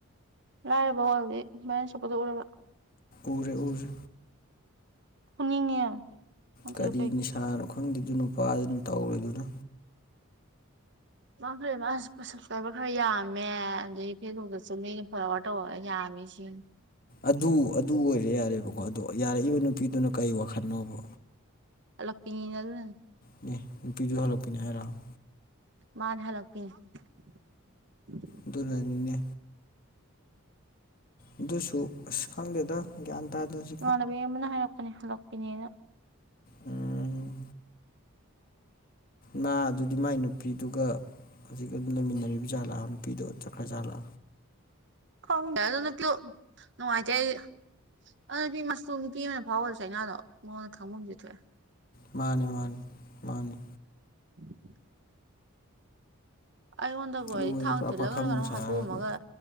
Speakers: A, on the right (about 55°); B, on the left (about 40°).
A: ꯂꯥꯏꯔꯕ ꯋꯥꯔꯜꯒꯤ ꯕꯥꯏꯔꯦꯜ ꯆꯞꯄꯗꯣ ꯎꯔꯕ
B: ꯎꯔꯦ ꯎꯔꯦ
A: ꯎꯅꯤꯡꯉꯦ ꯌꯥꯝ ꯅꯠꯇ꯭ꯔꯗꯤ
B: ꯀꯔꯤ
A: ꯀꯩ
B: ꯅꯤꯁꯥꯥꯅꯣ ꯈꯪꯗꯦ ꯗꯨ ꯅꯨꯄꯥꯗꯨꯅ ꯇꯧꯔꯤꯗꯨꯅ
A: ꯃꯥ ꯈꯔ ꯃꯥ ꯁꯁꯀ꯭ꯔꯥꯏꯕꯔ ꯈꯔ ꯌꯥꯝꯃꯦ ꯑꯗꯒꯤ ꯐꯦꯁꯕꯨꯛꯇꯁꯨ ꯃꯤꯅ ꯐꯣꯂꯣꯋꯥꯔꯗ ꯇꯧꯕꯒ ꯌꯥꯝꯃꯦ ꯁꯤ
B: ꯑꯗꯨ ꯑꯗꯨ ꯑꯣꯏꯔꯦ ꯌꯥꯔꯦꯕꯀꯣ ꯑꯗꯣ ꯌꯥꯔꯛꯏꯕ ꯅꯨꯄꯤꯗꯨꯅ ꯀꯩ ꯋꯥꯈꯜꯅꯣꯕ
A: ꯍꯜꯂꯛꯄꯤꯅ ꯑꯗꯨꯅꯅꯤ
B: ꯑꯦ ꯅꯨꯄꯤꯗꯨ ꯍꯜꯂꯛꯄꯅꯦ ꯍꯥꯏꯔꯣ ꯑꯣ
A: ꯃꯥꯅ ꯍꯜꯂꯛꯄꯤꯅꯤ <inaudible>
B: ꯑꯗꯨꯔꯅꯤꯅꯦ ꯑꯗꯨꯁꯨ ꯑꯁ ꯈꯪꯗꯦꯗ ꯒ꯭ꯌꯥꯟ ꯇꯥꯗꯦ ꯍꯨꯖ
A: ꯏꯃꯥꯟꯅꯕꯤ ꯑꯃꯅ ꯍꯥꯏꯔꯛꯄꯅꯦ ꯍꯂꯛꯄꯤꯅꯦꯅ
B: ꯎꯝ ꯅꯥ ꯑꯗꯨꯗꯤ ꯃꯥꯏ ꯅꯨꯄꯤꯗꯨꯒ ꯍꯧꯖꯤꯛ ꯑꯗꯨꯝ ꯂꯩꯃꯤꯟꯅꯔꯤꯕꯖꯥꯂ ꯅꯨꯄꯤꯗꯣ ꯆꯠꯈ꯭ꯔꯖꯥꯂ
A: ꯈꯪꯗꯦ ꯑꯗꯨ ꯅꯨꯄꯤꯗꯣ ꯅꯨꯡꯉꯥꯏꯇꯦ ꯑꯩꯗꯤ ꯑꯗꯨ ꯅꯨꯄꯤ ꯃꯆꯨꯝ ꯅꯨꯄꯤ ꯑꯃ ꯐꯥꯎꯔꯁꯨ ꯆꯩꯅꯥꯗꯣ ꯃꯉꯣꯟꯗ ꯈꯥꯡꯃꯝꯗꯤ ꯊꯣꯛꯑꯦ
B: ꯃꯥꯅꯤ ꯃꯥꯅꯤ ꯃꯥꯅꯤ
A: <inaudible> ꯑꯩꯉꯣꯟꯗꯕꯨ ꯑꯣꯏꯔꯗꯤ
B: ꯂꯣꯏꯔꯦ
A: ꯊꯥꯡ
B: ꯄꯨꯔꯥ
A: ꯇꯤꯜꯂꯒꯔ
B: ꯄꯥꯈꯪ
A: ꯀꯩꯅꯣꯝ
B: ꯁꯥꯔꯒ
A: ꯍꯥꯠꯇꯣꯛꯑꯝꯃꯒ